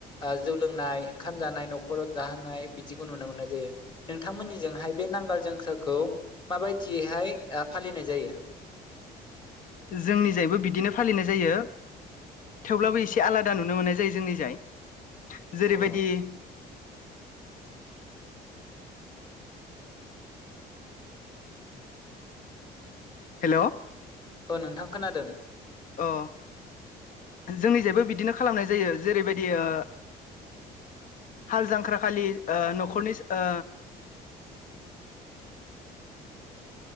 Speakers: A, on the left; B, on the left.
A: ओ जौ लोंनाय ओंखाम जानाय न'खराव जाहोनाय बिदि खौ नुनो मोननाय जायो नोंथांमोननिजोंहाय बे नांगोल जां सोरखौ माबायदियैहाय ओ फालिनाय जायो
B: जोंनिजायबो बिदिनो फालिनाय जायो थेवब्लाबो एसे आलादा नुनो मोननाय जायो जोंनिजाय जेरैबायदि
A: अ
B: <inaudible> हेल
A: अ नोंथां खोनादों
B: अ जोंनि जायबो बिदिनो खालामनाय जायो जेरैबायदि ओ हाल जांख्राखालि ओ न'खरनि ओ